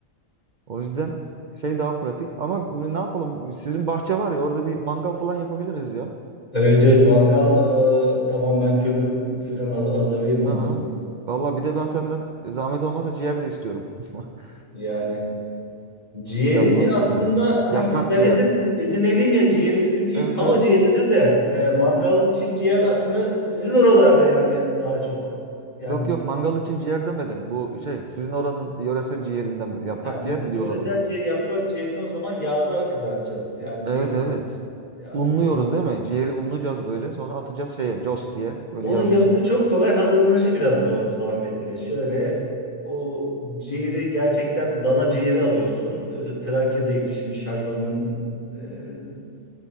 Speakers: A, on the right; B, on the left.
A: O yüzden şey daha pratik ama ne yapalım sizin bahçe var ya orada bir mangal falan yapabiliriz ya.
B: Evet evet mangal e, tamam ben kömür falan haz- hazırlayayım onların.
A: Hı hı. Valla bir de ben senden e, zahmet olmazsa ciğer de istiyorum. <laughs>
B: Yani Ciğeri
A: Yapmaz
B: de
A: mısın
B: aslında
A: bize? Yaprak
B: hani biz ben
A: ciğer.
B: edin, edinelim ya ciğeri bizimki
A: Evet
B: tava
A: evet.
B: ciğeridir de e, mangal için ciğer aslında sizin oralarda yani daha çok. Yani
A: Yok
B: sizin,
A: yok mangal için ciğer demedim. Bu şey sizin oranın yöresel ciğerinden biri. Yaprak
B: ha,
A: ciğer
B: bizim
A: mi diyorlar
B: yöresel
A: ona?
B: ciğer yaprak ciğerini o zaman yağda kızartacağız. Yani
A: Evet
B: şeyde
A: evet.
B: yağda
A: Unluyoruz
B: kızart. O,
A: değil mi? Ciğeri unlayacağız böyle. Sonra atacağız şeye. Cos diye. Böyle
B: onun
A: yağın
B: yapımı
A: içine.
B: çok kolay hazırlanışı biraz zor zahmetli. Şöyle o ciğeri gerçekten dana ciğeri alıyorsun. E, Trakya'da yetişmiş hayvanın e,